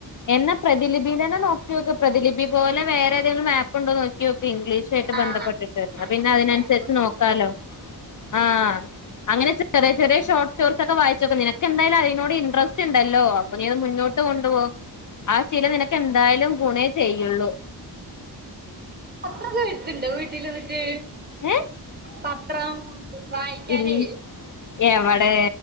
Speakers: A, on the left; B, on the right.
A: എന്നാ പ്രതിലിപി തന്നെ നോക്കി നോക്ക്. പ്രതിലിപി പോലെ വേറെ ഏതങ്കിലും ആപ്പ് ഉണ്ടോ നോക്കി നോക്ക്. ഇംഗ്ലീഷ യിട്ട്
B: ആഹ്
A: ബന്ധപ്പെട്ടിട്ട്.
B: അങ്ങനത്തെ
A: പിന്നെ അതിനനുസരിച്ച്
B: ആപ്പൊക്കെ
A: നോക്കാലോ.
B: ഉണ്ട്
A: ആഹ് അങ്ങനെ ചെറിയ ചെറിയ ഷോർട്ട് സ്റ്റോറിസ് ഒക്കെ വായിച്ചോക്ക്. നിനക്ക് എന്തായാലും അയിനോട് ഇൻറസ്റ്റ് ഇണ്ടല്ലോ. അപ്പൊ നീയത് മുന്നോട്ട് കൊണ്ടു പോ. ആ ശിലം നിനക്ക് എന്തായാലും ഗുണേ ചെയ്യുള്ളൂ.
B: പത്രൊക്കെ വര്ത്ത്ണ്ടോ വീട്ടിള് മറ്റേ.
A: ഏ
B: പത്രം വായിക്കാനേ
A: ഇൽ എവടെ.